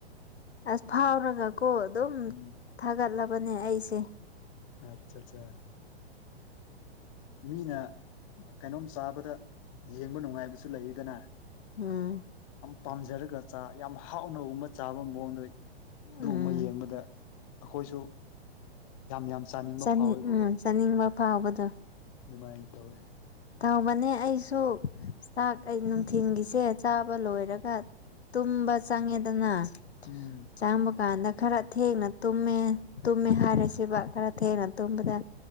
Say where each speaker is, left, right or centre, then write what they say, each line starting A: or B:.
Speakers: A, on the left; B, on the left.
A: ꯑꯁ ꯐꯥꯎꯔꯒꯀꯣ ꯑꯗꯨꯝ
B: ꯎꯝ
A: ꯊꯥꯒꯠꯂꯕꯅꯦ ꯑꯩꯁꯦ
B: ꯑꯠ ꯆꯥꯆꯥ ꯃꯤꯅ ꯀꯩꯅꯣꯝ ꯆꯥꯕꯗ ꯌꯦꯡꯕ ꯅꯨꯡꯉꯥꯏꯕꯁꯨ ꯂꯩꯌꯤꯗꯅ
A: ꯎꯝ
B: ꯄꯥꯝꯖꯔꯒ ꯆꯥ ꯌꯥꯝ ꯍꯥꯎꯅ ꯒꯨꯝꯅ ꯆꯥꯕ ꯃꯑꯣꯡꯗ ꯑꯗꯨꯒꯨꯝꯕ
A: ꯎꯝ
B: ꯌꯦꯡꯕꯗ ꯑꯩꯈꯣꯏꯁꯨ ꯌꯥꯝ ꯌꯥꯝ ꯆꯥꯅꯤꯡꯕ
A: ꯆꯥꯅꯤꯡ
B: ꯐꯥꯎꯋꯦꯕꯀꯣ
A: ꯎꯝ ꯆꯥꯅꯤꯡꯕ ꯐꯥꯎꯕꯗꯨ
B: ꯑꯗꯨꯃꯥꯏꯅ ꯇꯧꯋꯦ
A: ꯇꯧꯕꯅꯦ ꯑꯩꯁꯨ ꯆꯥꯛ ꯑꯩ ꯅꯨꯡꯊꯤꯜꯒꯤꯁꯦ ꯆꯥꯕ ꯂꯣꯏꯔꯒ ꯇꯨꯝꯕ ꯆꯪꯉꯦꯗꯅ
B: ꯎꯝ
A: ꯆꯪꯕ ꯀꯥꯟꯗ ꯈꯔ ꯊꯦꯡꯅ ꯇꯨꯝꯃꯦ ꯇꯨꯝꯃꯦ ꯍꯥꯏꯔꯁꯤꯕ ꯈꯔ ꯊꯦꯡꯅ ꯇꯨꯝꯕꯗ